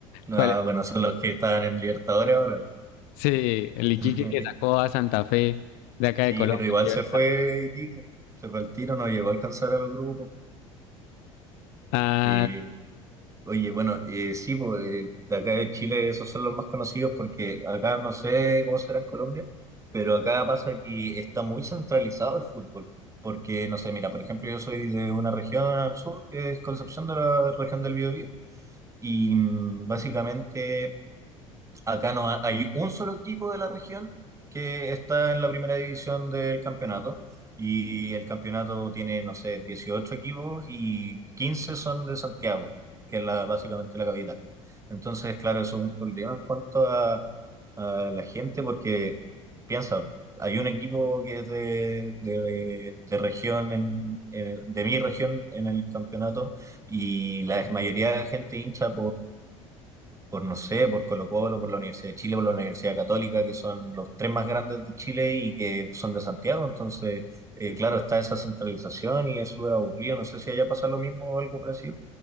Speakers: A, on the right; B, on the left.
A: Ah,
B: ¿Cuál es?
A: bueno, son los que están en Libertadores ahora.
B: Sí, el Iquique
A: <laughs>
B: que sacó a Santa Fe de acá
A: Sí,
B: de Colombia.
A: pero igual
B: que
A: se fue Iquique, se fue al tiro, no llegó a alcanzar a los grupos.
B: ahora-
A: Eh, Oye, bueno, eh, sí, pues, eh, de acá de Chile esos son los más conocidos porque acá no sé cómo será en Colombia, pero acá pasa que está muy centralizado el fútbol. Porque, no sé, mira, por ejemplo, yo soy de una región al sur, que es Concepción de la región del Biobío, y mm, básicamente Acá no ha- hay un solo equipo de la región que está en la primera división del campeonato y el campeonato tiene, no sé, 18 equipos y 15 son de Santiago, que es la, básicamente la capital. Entonces, claro, eso es un problema en cuanto a, a la gente porque piensa, hay un equipo que es de, de- de región, en- en- de mi región en el campeonato y la mayoría de la gente hincha por, no sé, por Colo Colo, por la Universidad de Chile, por la Universidad Católica, que son los tres más grandes de Chile y que son de Santiago. Entonces, eh, claro, está esa centralización y es súper aburrido. No sé si allá pasa lo mismo o algo parecido.